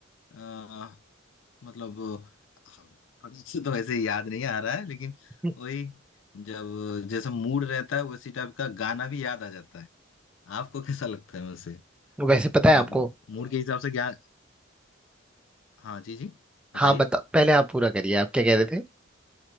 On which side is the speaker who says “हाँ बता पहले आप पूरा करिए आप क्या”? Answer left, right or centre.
Centre